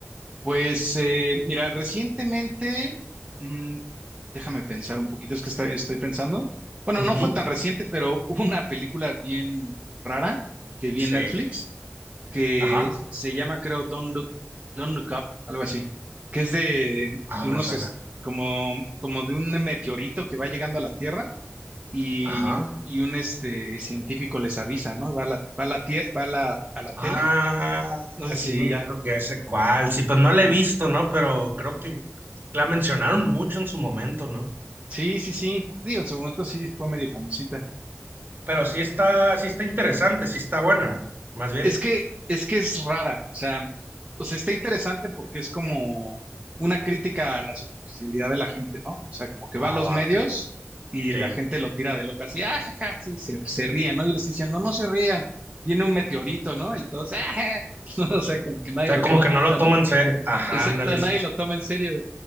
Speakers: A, on the right; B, on the right.
A: Pues eh, mira, recientemente, mm, déjame pensar un poquito, es que está- estoy pensando. Bueno,
B: Ujú,
A: no fue tan reciente, pero <laughs> hubo una película bien rara que vi
B: Sí.
A: en Netflix. que
B: Ajá.
A: se llama, creo, Don't Look, Don't Look Up, algo así, que es de,
B: Ah,
A: de unos,
B: me suena.
A: es- como, como de un meteorito que va llegando a la Tierra y,
B: Ajá.
A: y un este, científico les avisa, ¿no? Va a la, va a la, tie- va a la, a la tele,
B: Ah,
A: no sé
B: sí,
A: si ya.
B: creo que ya sé cuál. Sí, pues no la
A: ah,
B: he visto, ¿no? Pero creo que la mencionaron mucho en su momento, ¿no?
A: sí, sí, sí, digo, en su momento sí fue medio famosita.
B: Pero sí está, sí está interesante, sí está buena, más bien.
A: Es que, es que es rara, o sea, o sea, está interesante porque es como una crítica a la superficialidad de la gente, ¿no? O sea, como que
B: Ah,
A: va a los
B: vale,
A: medios y
B: sí.
A: la gente
B: O
A: lo tira de loca, así, ah, ja, ja", sí, se, se ríen, ¿no? Y les dicen, no, no se rían, viene un meteorito, ¿no? Y todos, ah, ja". <laughs> No, o sea, como que nadie
B: sea,
A: lo
B: como
A: toma
B: que
A: en cuenta,
B: no lo toma
A: ¿no?
B: en serio. Ajá,
A: Exacto,
B: ándale,
A: nadie
B: sí. sí.
A: lo toma en serio.